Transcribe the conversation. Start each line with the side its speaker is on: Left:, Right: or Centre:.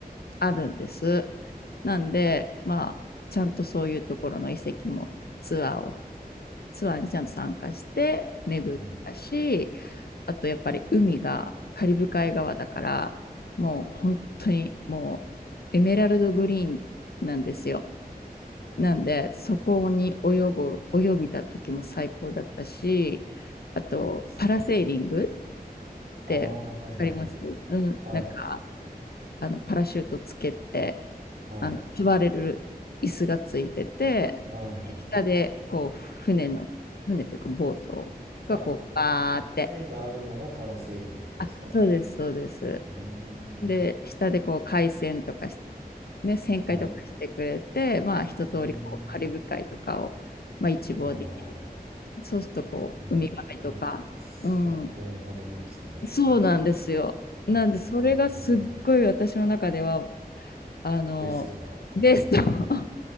Left: あるんです。なんで、まあ、ちゃんとそういうところの遺跡もツアーをツアーにちゃんと参加して巡ったし
Right: うん
Left: あとやっぱり海がカリブ海側だからもう本当にもうエメラルドグリーンなんですよ。なんで、そこに泳ぐ、泳ぎた時も最高だったし、あと、
Right: ですね。
Left: パラセーリングってわかりますうん、
Right: ああ、はいはいはい。はい、
Left: なんか、あの、パラシュートつけて、
Right: はい、
Left: あの、座れる椅子がついてて、
Right: はい、はい。
Left: 下で、こう、船の、船というか、ボートがこう、
Right: あ、
Left: バーって、
Right: 例があるのがパラセーリングっていうんですか。
Left: あ、そうです、そうです。
Right: うーん、
Left: で、下でこう、海鮮とかし、ね、旋回とかしてくれて、
Right: はい。
Left: まあ、一通りこう、
Right: うーん、
Left: カリブ海とかを、まあ、一望できる
Right: ああ、
Left: そうするとこう、
Right: もういい、
Left: ウミガメとか。
Right: 最高のハネムーンですね。
Left: うん。そうなんですよ。なんで、
Right: ええ
Left: それがすっごい私の中では、あの、
Right: ベストな感じの。
Left: ベスト、<laughs>